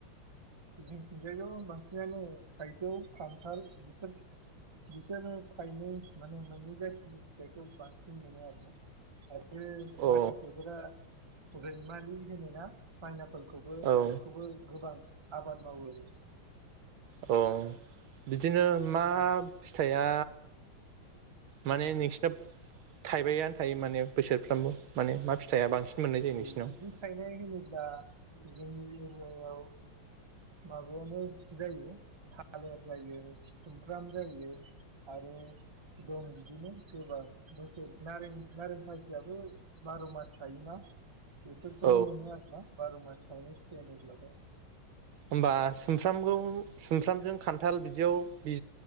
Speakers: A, on the right; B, on the right.
A: जोंथिंजायथ बांसिनानो थाइजौ खान्थाल बिसोर बिसोरो थायनै माने मोननै जाथिनि फिथाइखौ बांसिन मोनो आरो ना आरो बे
B: औ
A: माखासेफोरा रैमालि होनो ना पाइनाप फोरखौबो
B: औ
A: बेखौबो गोबां आबाद मावो आरो
B: औ। बिदिनो मा
A: उम
B: फिथाइया माने नोंसिना थाइबायानो थायो माने बोसोरफ्रामबो माने मा फिथाइया बांसिन मोननाय जायो
A: औ
B: नोंसिनाव
A: बिदि थायनाय होनोब्ला जोंनि एरियायाव माबायानो जायो थालिर जायो सुमफ्राम जायो आरो दं बिदिनो गोबां। गुसेर नारें नारें खुसेराबो बार' मास थायोना। बेसोरखौ
B: औ
A: मोनो आरो ना। बार' मास थाइनाय होनोब्लाथाय।
B: होमबा सुमफ्रामखौ सुमफ्रामजों खान्थाल बिदियाव